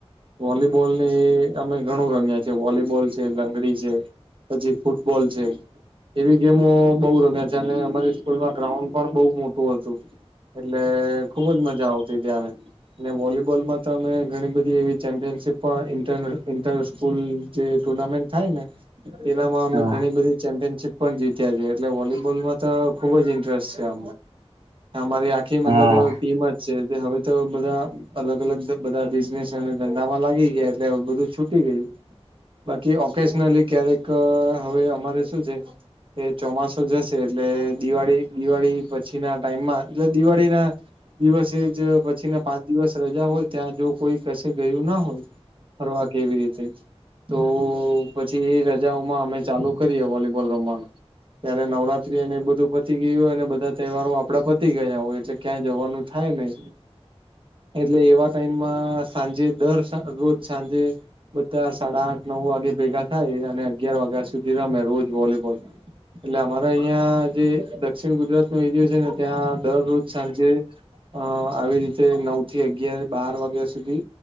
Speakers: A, on the right; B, on the right.
A: વોલીબોલ ની અમે ઘણું રમ્યા છેીએ વોલીબોલ છે લંગડી છે. પછી ફૂટબોલ છે. એવી ગેમો બઉુ રમે છે અને અમારી સ્કૂલમાં ગ્રાઉન્ડ પણ બઉુ મોટું હતું. એટલે ખુબજ મજા આવતી ત્યારે અને વોલીબોલમાં તો અમે ઘણી બધી એવી ચેમ્પિયનશીપ પણ ફૂલ જે ટુર્નામેન્ટ થાય ને એનામાં અમે
B: હા
A: ઘણી બધી ચેમ્પિયનશીપ પણ જીત્યા છે એટલે વોલીબોલ માં તો ખુબ જ ઇન્ટરેસ્ટ છે અ અમારી આખી મતલબ
B: હા
A: ટીમ જ છે તે હવે તો બધા અલગ અલગ બધા બિઝનેસ અને ધંધામાં લાગી ગયા એટલે હવે બધું છૂટી ગયું. બાકી ઓફીસનલી ક્યારેક હવે અમારે શું છે. એ ચોમાસું જશે એટલે દિવાળી દિવાળી પછી ના ટાઈમમાં એટલે દિવાળીના દિવસે જ પછીને પાંચ દિવસ રજા હોય ત્યાં જો કોઈ કસે ગયું ના હોય. ફરવા કે એવીરીતે તો પછી એ રજાઓમાં અમે ચાલુ કરીએ વોલીબોલ રમવાનું ત્યારે નવરાત્રી અને એ બધું પતી ગયું હોય અને બધા તહેવારો આપડા પતી ગયા હોય એટલે ક્યાં જવાનું થાય નહી. એટલે એવા ટાઈમમાં સાંજે દર રોજ સાંજે. બધા સાડા આઠ નવ વાગે ભેગા થાય અને અગિયાર વાગ્યા સુધી રમે રોજ વોલીબોલમાં એટલે અમારા અહિયાં જે દક્ષિણ ગુજરાત નો એરિયો છે ને ત્યાં દરરોજ સાંજે
B: હ <unintelligible>
A: અ આવી રીતે નવથી અગિયાર બાર વાગ્યા સુધી